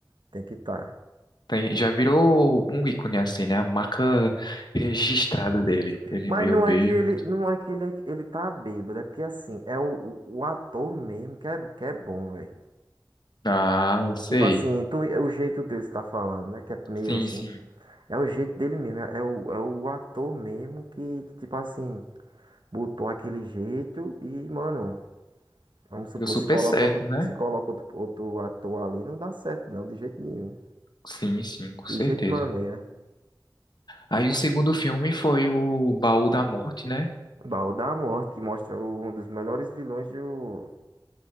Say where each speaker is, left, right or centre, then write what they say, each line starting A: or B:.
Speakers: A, on the right; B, on the left.
A: Tem que estar.
B: Tem, já virou um ícone assim, né? A marca registrada dele. Ele
A: Mas
B: meio
A: não
B: bêbado.
A: é que ele, não é que ele, ele tá bêbado, é porque assim, é o, o, o ator mesmo que é, que é bom, velho.
B: Ah, sei.
A: Tipo assim, tu, é o jeito dele que você tá falando, né? Que é meio
B: Sim,
A: assim.
B: sim.
A: É o jeito dele mesmo, é, é o, é o ator mesmo que, que, tipo assim, botou aquele jeito e, mano, Vamos supor,
B: Deu super
A: se coloca
B: certo,
A: outro,
B: né?
A: se coloca outro, outro ator ali, não dá certo, não, de jeito nenhum.
B: Sim, sim, com
A: De
B: certeza.
A: jeito de maneira.
B: Aí o segundo filme foi o Baú da Morte, né?
A: Baú da Morte, que mostra o- um dos melhores vilões do,